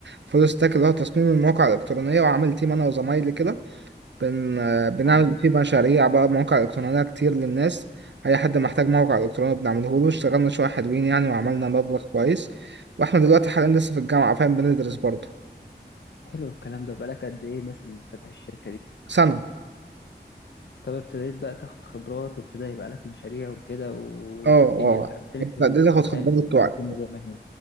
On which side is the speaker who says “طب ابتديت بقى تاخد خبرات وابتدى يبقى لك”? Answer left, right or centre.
Left